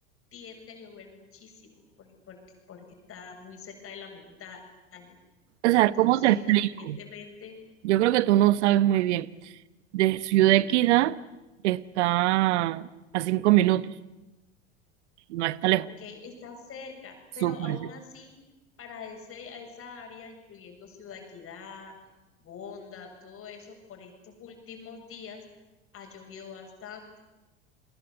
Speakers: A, on the left; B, on the right.
A: tiende a llover muchísimo por- por- porque está muy cerca de la montaña.
B: O sea,
A: Entonces,
B: ¿cómo te explico?
A: independientemente,
B: Yo creo que tú no sabes muy bien. De Ciudad Equidad está a cinco minutos, no está lejos,
A: ok, está cerca,
B: súper,
A: pero aún
B: cerca.
A: así, para ese, a esa área, incluyendo Ciudad Equidad, Bonda, todo eso, por estos últimos días ha llovido bastante.